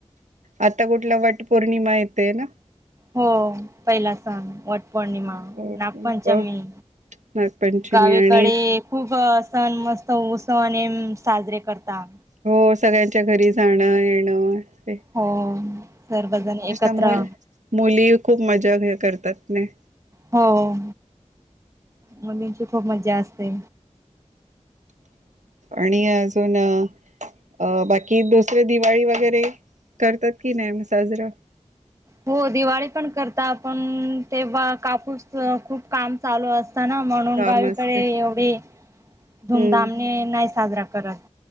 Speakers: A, on the right; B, on the right.
A: आता कुठला वट पौर्णिमा येतेय ना.....
B: हो पहिला सण वट...... वट पौर्णिमा
A: हो हो,
B: नागपंचमी
A: नागपंचमी
B: गावीकडे....
A: आणि
B: खूप सण मस्त उत्सव साजरे करता....
A: हो सगळ्यांच्या घरी जाणं येणं ते....
B: हो सर्वजण एकत्र....
A: मुल मुली खूप मजा घ करतात नाही...
B: हो मुलींची खूप मज्जा असते..
A: आणि अजून अ बाकी दुसरे दिवाळी वगैरे... करतात की नाही साजरा...
B: हो दिवाळी पण करत आपण तेव्हा कापूस खूप काम चालू असत... ना म्हणून
A: काम
B: गावीकडे
A: असते
B: एवढी
A: हम्म
B: धूमधामने नाही साजरा करत...